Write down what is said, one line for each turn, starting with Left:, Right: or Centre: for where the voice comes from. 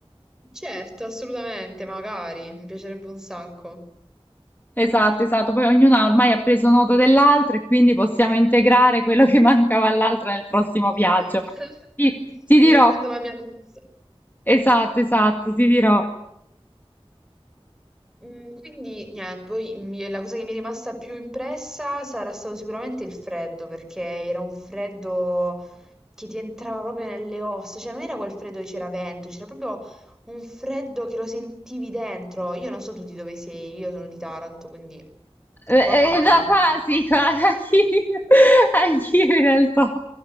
Centre: Certo, assolutamente, magari, mi piacerebbe un sacco.
Left: Esatto, esatto. Poi ognuna ormai ha preso nota dell'altra e quindi possiamo integrare quello che <laughs> mancava all'altra nel prossimo
Centre: <laughs>
Left: viaggio. Ti, ti dirò,
Centre: Mi riprendo la mia lista.
Left: esatto, esatto, ti dirò.
Centre: Mm, Quindi niente, poi mi- la cosa che mi è rimasta più impressa sarà stato sicuramente il freddo, perché era un freddo che ti entrava proprio nelle ossa, cioè non era quel freddo che c'era vento, c'era proprio un freddo che lo sentivi dentro. Io non so tu di dove sei, io sono di Taranto, quindi
Left: Eh,
Centre: qua fa caldo.
Left: eh, da quasi,
Centre: ma-
Left: quasi, anch'io, <laughs> anch'io in realtà.